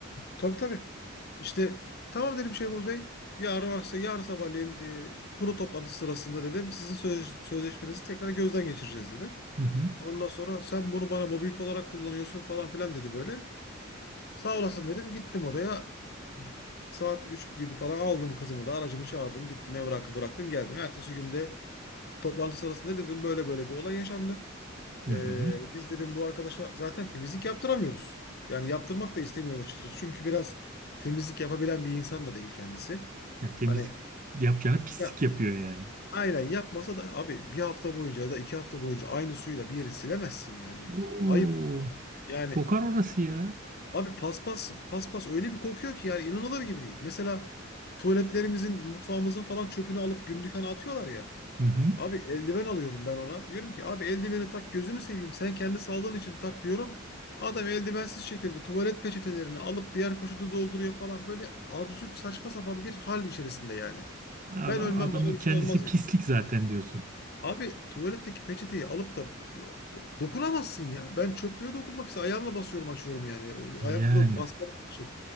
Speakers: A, on the left; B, on the right.
A: Tabii tabii. İşte tamam dedim Şeyhmuz Bey. Yarın akşam, yarın sabahleyin e, kurul toplantısı sırasında dedim. Sizin söz- sözleşmenizi tekrar gözden geçireceğiz dedim.
B: Hı hı.
A: Ondan sonra sen bunu bana mobbing olarak kullanıyorsun falan filan dedi böyle. Sağ olasın dedim. Gittim odaya. Saat 3 gibi falan aldım kızımı da aracımı çağırdım. Gittim evrakı bıraktım geldim. Ertesi günde toplantı sırasında dedim böyle böyle bir olay yaşandı.
B: Hı
A: Ee,
B: hı.
A: biz dedim bu arkadaşa zaten temizlik yaptıramıyoruz. Yani yaptırmak da istemiyoruz açıkçası. Çünkü biraz temizlik yapabilen bir insan da değil kendisi.
B: Ya, temizlik
A: Hani
B: yapacağına pislik
A: ya
B: yapıyor yani.
A: aynen yapmasa da abi bir hafta boyunca ya da iki hafta boyunca aynı suyla bir yeri silemezsin yani.
B: Oo,
A: Ayıp. Yani
B: kokar orası ya.
A: abi paspas paspas öyle bir kokuyor ki yani inanılır gibi değil. Mesela tuvaletlerimizin, mutfağımızın falan çöpünü alıp günlük hani atıyorlar ya.
B: Hı hı.
A: Abi eldiven alıyorum ben ona. Diyorum ki abi eldiveni tak gözünü seveyim. Sen kendi sağlığın için tak diyorum. Adam eldivensiz şekilde tuvalet peçetelerini alıp diğer poşete dolduruyor falan. Böyle absürt saçma sapan bir hal içerisinde yani.
B: A-
A: Ben ölmem
B: Adamın
A: bana bir şey
B: kendisi
A: olmaz
B: pislik
A: diyor.
B: zaten diyorsun.
A: Abi tuvaletteki peçeteyi alıp da dokunamazsın ya. Ben çöplüğe dokunmak için ayağımla basıyorum açıyorum yani.
B: Yani.
A: Ayakla basmak bir şey.